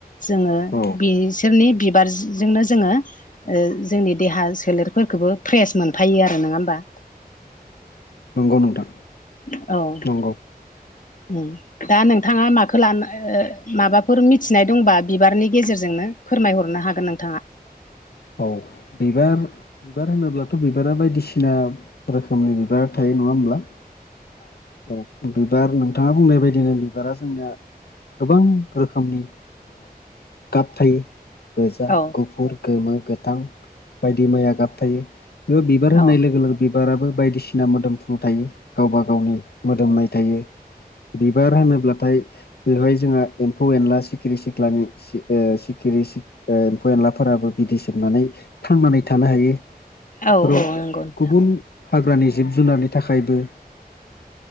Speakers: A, on the left (about 55°); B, on the left (about 80°).
A: जोङो
B: औ
A: बिसोरनि बिबारजोंनो जोङो जोंनि देहा सोलेरफोरफोरखौबो फ्रेस मोनफायो आरो नङा होमबा
B: नंगौ नोंथां
A: औ
B: नंगौ
A: <unintelligible> दा नोंथाङा माखौ लानो माबाफोर मिथिनाय दंबा बिबारनि गेजेरजोंनो फोरमायहरनो हागोन नोंथाङा
B: औ बिबार बिबार होनोब्लाथ' बिबारा बायदिसिना रोखोमनि बिबार थायो नङा होमब्ला औ बिबार नोंथाङा बुंनाय बायदिनो बिबारा जोंनिया गोबां रोखोमनि गाब थायो गोजा
A: औ
B: गुफुर गोमो गोथां बायदि माइया गाबथायायो बेयाव बिबार होननाय
A: औ
B: लोगो लोगो बिबाराबो बायदिसिना मोदोमफ्रु थायो। गावबा गावनि मोदोमनाय थायो बिबार होनोब्लाथाय। बेवहाय जोंहा एम्फौ एनला सिखिरि सिख्लानि सिखिरि एम्फौ एनलाफोराबो बिदै सोबनानै थांनानै थानो हायो बेफोराव
A: औ औ नंगौ नोंथां
B: गुबुन हाग्रानि जिब जुनारनि नि थाखायबो